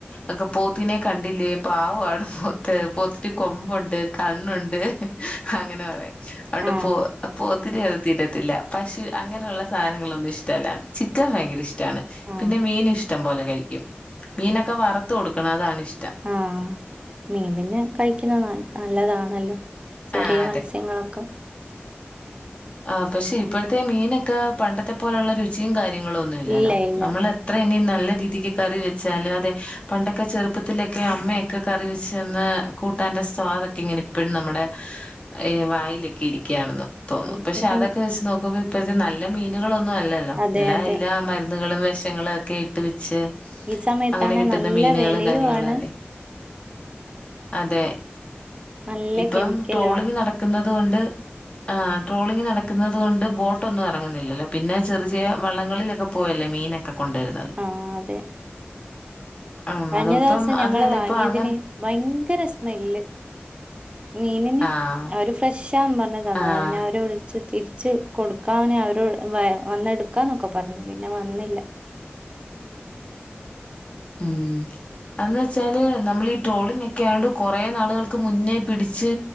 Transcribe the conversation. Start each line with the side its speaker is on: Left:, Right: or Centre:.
Left: ഒക്കെ പോത്തിനെ കണ്ടില്ലേ പാവം ആണ് പോത്ത് പോത്തിന് കൊമ്പുണ്ട് കണ്ണുണ്ട് അങ്ങനെ പറയാ അണ്ട്
Right: ആഹ്
Left: പോ പോത്തിനെയൊന്നു തീന്നത്തില്ല പശു അങ്ങനെയുള്ള സാധനങ്ങളൊന്നും ഇഷ്ടമല്ല ചിക്കൻ ഭയങ്കര ഇഷ്ട്ടാ
Right: ആഹ്
Left: പിന്നെ മീൻ ഇഷ്ട്ടാ ഇഷ്ട്ടം പോലെ കഴിക്കും മീനൊക്കെ വറുത്ത് കൊടുക്കും കൊടുക്കണതാണ് ഇഷ്ട്ടം
Right: ആഹ മീൻ പിന്നെ കഴിക്കുന്നത് നല്ലതാണ് <unintelligible> ചെറിയ
Left: ആഹ്
Right: മത്സ്യങ്ങളൊക്കെ
Left: ആ പക്ഷെ ഇപ്പോഴത്തെ മീനൊക്കെ പണ്ടത്തെ പോലുള്ള രുചിയുംകാര്യം കാര്യങ്ങൾ ഒന്നുമില്ലല്ലോ
Right: ഇല്ല ഇല്ല
Left: നമ്മൾ എത്ര ഇനി നിന്നാലും നല്ല രീതിക്ക് കറി വെച്ചാലും അതെ പണ്ടൊക്കെ ചെറുപ്പത്തിലൊക്കെ അമ്മയൊക്കെ കറി വച്ചാൽ ചെന്ന് കൂട്ടാന്റെ സ്വാദ് ഇങ്ങനെ ഇപ്പോഴും നമ്മുടെ വായിലൊക്കെ ഇരിക്കുകയാണെന്നും
Right: ഇപ്പൊ
Left: പക്ഷെ
Right: പിന്നെ
Left: അതൊക്കെ വച്ചു നോക്കുമ്പോ ഇപ്പോഴത്തെ നല്ല മീനുകളൊന്നും അല്ലല്ലോ
Right: അതെ
Left: എല്ലാ
Right: അതെ
Left: എല്ലാ മരുന്നുകളും വിഷങ്ങളും വിഷാങ്ങളൊക്കെ ഇട്ട് വെച്ച്
Right: ഈ സമയത്താണ്
Left: അങ്ങനെ കിട്ടുന്ന
Right: നല്ല
Left: മീനുകളും
Right: വിലയ്യും
Left: കാര്യങ്ങളും
Right: ആണ്
Left: അല്ലേ അതെ
Right: നല്ല
Left: ഇപ്പം
Right: കെമിക്കലും
Left: ട്രോളിങ്
Right: ആണ്
Left: നടക്കുന്നത് അതുകൊണ്ട് ആ ട്രോളിംഗ് നടക്കുന്നത് കൊണ്ട് ബോട്ടൊന്നും ഇറങ്ങുന്നില്ലല്ലോ പിന്നെ ചെറ് ചെറിയ വള്ളങ്ങളിലൊക്കെ പോയല്ലേ മീനൊക്കെ കൊണ്ടുവരുന്നത്
Right: ആ അതെ
Left: ഉം
Right: കഴിഞ്ഞ
Left: അതിപ്പം
Right: ദിവസം ഞങ്ങൾ
Left: അതല്ല
Right: വാങ്ങിയതിന്
Left: ഇപ്പൊ അങ്ങനെ
Right: ഭയങ്കര സ്മെല് മീനിന്
Left: ആഹ്
Right: അവര് ഫ്രഷ് ഫ്രഷാ‌ണെന്ന് പറഞ്ഞത് തന്നത
Left: ആഹ്
Right: പിന്നെ അവരെ വിളിച്ചു തിരിച്ചു കൊടുക്കാനെ അവര വന്നെടുക്കാന്നൊക്കെ പറഞ്ഞു പിന്നെ വന്നില്ല
Left: ഉം അന്ന് വെച്ചാല് നമ്മൾ ഈ ട്രോളിംഗ ഒക്കെ ആയുകൊണ്ട് കുറെ നാളുകൾക്ക് മുന്നേ പിടിച്ച്